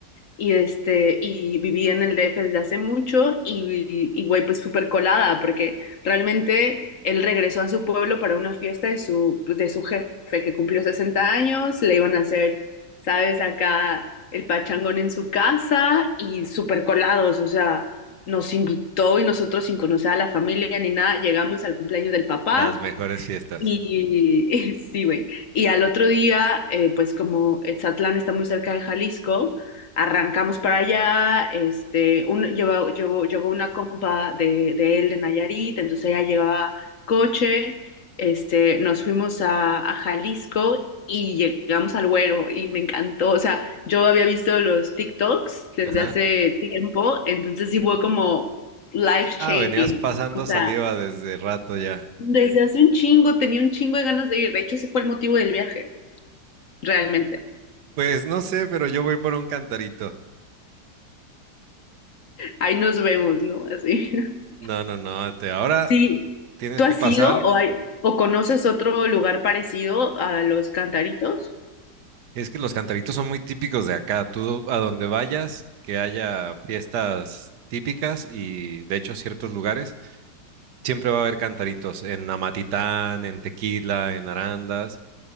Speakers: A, on the left (about 55°); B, on the right (about 70°).
A: Y este, y viví en el DF desde hace mucho y, y güey, pues súper colada, porque realmente él regresó a su pueblo para una fiesta de su, pues, de su jefe que cumplió sesenta años, le iban a hacer, sabes, acá el pachangón en su casa y súper colados, o sea, nos invitó y nosotros sin conocer a la familia ni nada, llegamos al cumpleaños del papá
B: Las mejores fiestas.
A: y <laughs> sí, güey. Y al otro día, eh, pues como Etzatlán está muy cerca de Jalisco, arrancamos para allá. Este, un, llevó, llevó- llegó una compa de, de él de Nayarit, entonces ella llevaba coche. Este, nos fuimos a, a Jalisco y llegamos al Güero y me encantó. O sea, yo había visto los TikToks desde
B: Ajá.
A: hace tiempo, entonces sí fue como life changing.
B: Ah, venías pasando
A: O sea.
B: saliva desde rato ya.
A: Desde hace un chingo, tenía un chingo de ganas de ir. De hecho, ese fue el motivo del viaje, realmente.
B: Pues no sé, pero yo voy por un cantarito.
A: Ahí nos vemos, ¿no? Así. <laughs>
B: No, no, no. Te, ahora
A: Sí,
B: tienes
A: ¿tú
B: que
A: has
B: pasar.
A: ido o, hay- o conoces otro lugar parecido a los cantaritos?
B: Es que los cantaritos son muy típicos de acá. Tú a donde vayas, que haya fiestas típicas y de hecho ciertos lugares, siempre va a haber cantaritos en Amatitán, en Tequila, en Arandas.